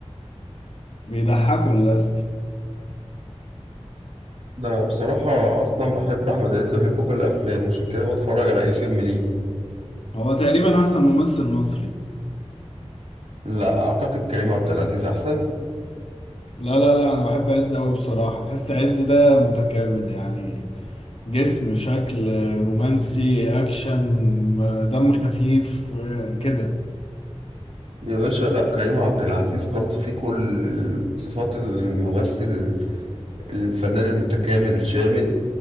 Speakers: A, on the left; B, on the right.
A: بيضحكوا للاسف
B: أنا بصراحة أصلا بحب أحمد عز وبحب كل أفلامه عشان كده بتفرج على أي فيلم ليه
A: هو تقريبا احسن ممثل مصري
B: لا أعتقد كريم عبد العزيز أحسن
A: لا لا لا انا بحب عز قوي بصراحه تحس عز ده متكامل يعني جسم شكل رومانسي اكشن دم خفيف كده
B: يا باشا لا كريم عبد العزيز برضه فيه كل صفات الممثل الفنان المتكامل الشامل